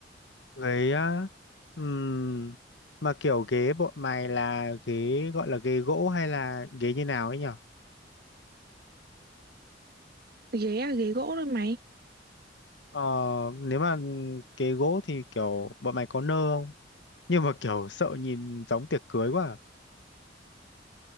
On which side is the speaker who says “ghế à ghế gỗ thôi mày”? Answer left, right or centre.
Right